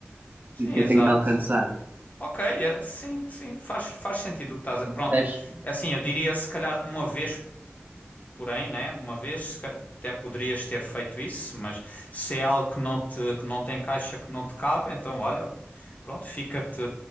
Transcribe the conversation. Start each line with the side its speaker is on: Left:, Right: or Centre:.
Left: Sim,
Right: que eu
Left: exato.
Right: tenho que alcançar,
Left: Ok, é- sim, sim, faz, faz sentido o que estás a... Pronto,
Right: percebes?
Left: é assim, eu diria se calhar uma vez, porém, né? Uma vez, se calhar, até poderias ter feito isso, mas se é algo que não te, que não tem caixa, que não te cabe, então olha, pronto, fica-te,